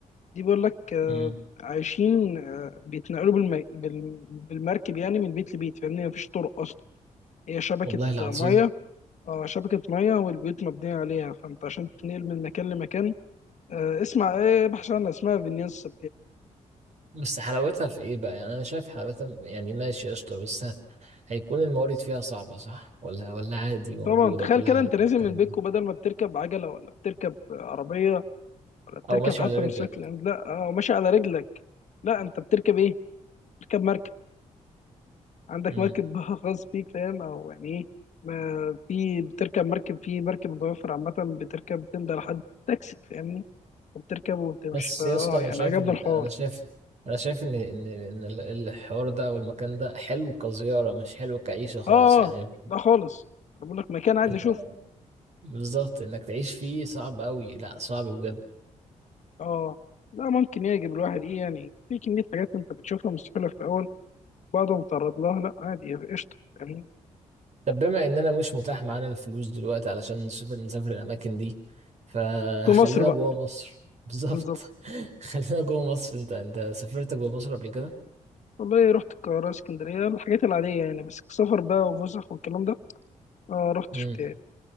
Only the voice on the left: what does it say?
دي بيقول لك آه
عايشين آه بيتنقلوا بالم... بال... بالمركب يعني من بيت لبيت فاهمني مفيش طرق اصلا هي شبكه
آه، ميه اه شبكه ميه والبيوت مبنيه عليها فانت عشان تنقل من مكان لمكان آه اسمع ايه بحث عنها اسمها فينيس
طبعا تخيل
كده
انت
نازل من بيتكو
بدل ما بتركب عجله ولا بتركب عربيه ولا بتركب
حتى
مش شكل لا اه ماشي على رجلك لا انت بتركب ايه بتركب مركب عندك
مركب <laughs> بقى خاص بيك فاهم او يعني ايه ما في بتركب مركب في مركب متوفر عامه بتركب بتمضي على حد تاكسي فاهمني وبتركب وبتمشي
فاه
يعني
عجبني
الحوار
اه
اه لا خالص انا بقول لك مكان عايز
اشوفه
اه لا ممكن يعجب الواحد ايه يعني في كميه حاجات انت بتشوفها مستحيله في الاول بعد ما تعرض لها لا عادي يعني قشطه يعني
في مصر بقى
بالظبط
والله رحت القاهره اسكندريه الحاجات العاديه يعني بس السفر بقى وفسح والكلام ده آه رحتش
بتاعي